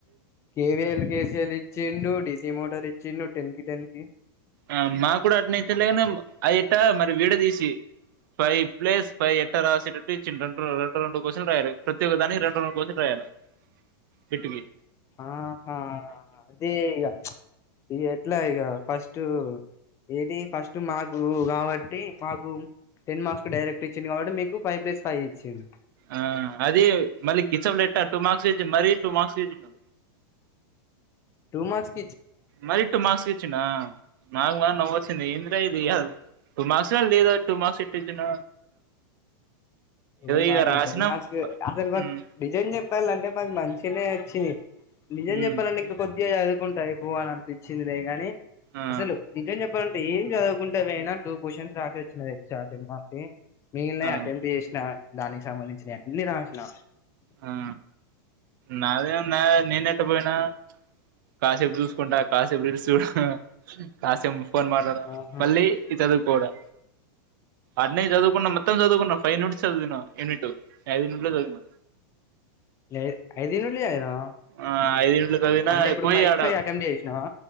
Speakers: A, on the left; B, on the right.
A: కేవఎల్ కేసిఎల్ ఇచ్చిండు డిసి మోటార్ ఇచ్చిండు టెన్కి టెన్కి
B: ఆ మాకూడా అట్ఇతనే లేనెమో అయట్ట మరి వీడ తీసి ఫైవ్ ప్లస్ ఫైవ్ ఎట్ట రాసటట్టు ఇచ్చిన రెడు రెండు రెండు కోసిన్లు రాయాలి ప్రత్యేక్క దానికి రెండు రెండు కోసిన్లు రాయాల పెట్టికి
A: ఆహా అదే ఈగ ఇ ఎట్లా ఈగ ఫస్ట్ ఏది ఫస్ట్ మార్ నువ్ కాబట్టి మాకు టెన్ మార్క్స్ డైరెక్ట్ ఇచ్చిండు కాబట్టి మీకు ఫైవ్ ప్లస్ ఫైవ్ ఇచ్చిండు
B: ఆ అది మళ్ళీ కిచప్ పెట్ట టూ మార్క్స్ చచ్చి మరీ టూ మార్క్స్ చచ్చిడు
A: ట్వ మర్క్స్
B: మరి ట్వ మార్క్స్కి ఇచ్చిండు నాకు మరి నవొచింది ఇంద్ర ఇది కాదు టూ మార్క్స్లా లేదు టూ మార్క్స్ ఎట్టిచ్చిండ
A: ఏ మాకు
B: ఇగ రాసినం
A: టన్ మార్స్ అసలు బ
B: ఉమ్
A: నిజం చెప్పాలంటే మంచినే వచ్చేయి నిజం
B: ఉమ్
A: చెప్పనండి ఇంక కొద్దిగా చదు కుంట అయిపో అని అనిపించిందిలే గాని
B: ఆ
A: అసలు నిజం చెప్ప ఎప్పుంటే ఏం చదువకుంటే పోయినా టూ క్వశ్చన్స్ రసోచ్చిన తెల్సా టెన్ మార్క్స్వి మిగిల్నై
B: ఆ
A: అటెంప్ట్ చేసినా దానికి సంబంధించిన అన్ని రాసిన
B: ఆ నాదే ఉనై నేనేట్ట పోయినా కాసేపు చూసుకుంటా కాసేపు రీల్స్ చూస్థా కాసేపు ఫోన్ మాట్లాడం
A: ఆహా
B: మళ్ళీ ఇ చదువుకోడా అనే చదువుకున్నా మత్తం చదువుకున్నా ఫైవ్ మీనిట్స్ చదివిన యూనిట్ ఐదుట్ లో చదివిన
A: లేద్ ఐదు యూనిట్లు చదివినావ్
B: ఆ ఐదు యూనిట్లు చదివినా
A: అంటే ఇప్పుడు
B: పోయి
A: ఫైవ్
B: ఆడ
A: ఫైవ్ అటెంప్ట్ చేసినావా